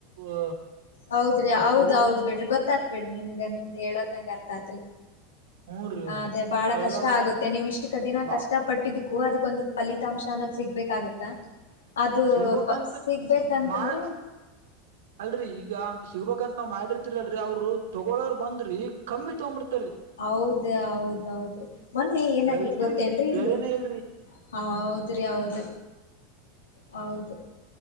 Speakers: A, on the right; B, on the left.
A: ಅ
B: ಹೌದ್ರಿ ಹೌದ್ೌದ್
A: ತಗೋಳ್
B: ಬಿಡ್ರಿ ಗೊತ್ತಾತ್ ಬಿಡ್ರಿ ನಿಮ್ಗೆ ನಿಮ್ದ್ ಹೇಳೋದ್ನಂಗ ಅರ್ಥ ಆತ್ರಿ
A: ಹೂನ್ರಿ
B: ಅ ಅದೇ ಬಾಳ
A: ಅವೆಲ್ಲ
B: ಕಷ್ಟ
A: ಒಣ
B: ಆಗುತ್ತೆ ನೀವು ಇಷ್ಟ ದಿನ
A: ಬಾ
B: ಕಷ್ಟ ಪಟ್ಟಿದ್ದಕ್ಕು ಅದಕ್ಕೊಂದು ಫಲಿತಾಂಶ ಅನ್ನೋ್ ಸಿಗ್ಬೇಕಾಗತ್ತಾ ಅದು
A: ಸಿಗ್ಬೇಕಂತ
B: ಪ ಸಿಗ್ಬೇಕಂತಂದ್ರೆ
A: ಮಾಡ್ ಅಲ್ರರಿ ಈಗ ಅಂತ ಸಿಗಬೇಕಂತ ನಾವ್ ಮಾಡಿರ್ತಿರಿ ಅಲ್ರರಿ ಅವ್ರು ತೊಗೋರ್ ಬಂದ್ರಿ ಕಮ್ಮಿ ತಗೊಂಡಬಿಡ್ತ
B: ಹೌದ ಹೌದೌದು ಮೊನ್ನೆ ಏನಾಗೇತ್
A: ರೈತರಿಗ್
B: ಗೊತ್ತೇನ್ರೀ
A: ಬೆಲೆನೇ
B: ಇಲ್ಲಿ
A: ಇಲ್ರಿ
B: ಹೌದ್ರಿ ಹೌದ ಹೌದು